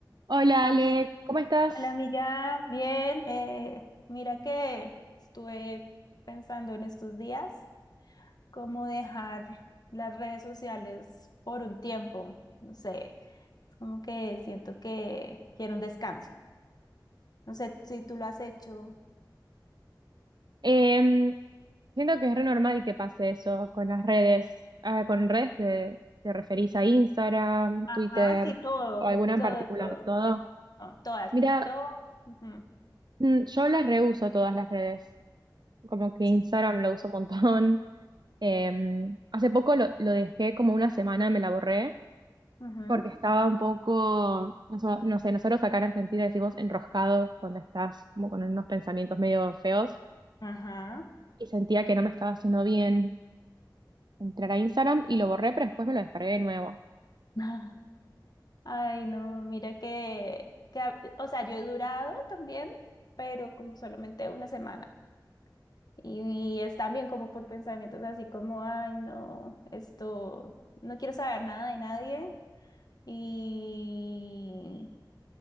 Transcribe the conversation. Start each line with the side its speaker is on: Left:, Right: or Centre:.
Right: Hola
Left: Am-
Right: Ale, ¿cómo estás?
Left: hola amiga, bien. eh, mira que estuve pensando en estos días cómo dejar las redes sociales por un tiempo. No sé, es como que siento que quiero un descanso. No sé si tú lo has hecho.
Right: Em, siento que es re normal que pase eso con las redes. Ah, con redes te, te referís a Instagram,
Left: Ajá,
Right: Twitter
Left: sí, todo,
Right: o alguna
Left: todo,
Right: en particular,
Left: todo.
Right: todo.
Left: No, todas,
Right: Mira,
Left: TikTok. ujú,
Right: mm, yo las reuso todas las redes. Como que
Left: Sí.
Right: Instagram lo uso un montón. <laughs> Em, hace poco lo, lo dejé como una semana, me la borré
Left: ujú,
Right: porque estaba un poco, no, so- no sé, nosotros acá en Argentina decimos enroscado cuando estás como con unos pensamientos medio feos.
Left: Ajá.
Right: y sentía que no me estaba haciendo bien entrar a Instagram y lo borré, pero después me lo descargué de nuevo.
Left: <laughs> Ay, no, mira que, que, a- o sea, yo he durado también, pero como solamente una semana. Y, es también como por pensamientos así como, ay, no, esto, no quiero saber nada de nadie y,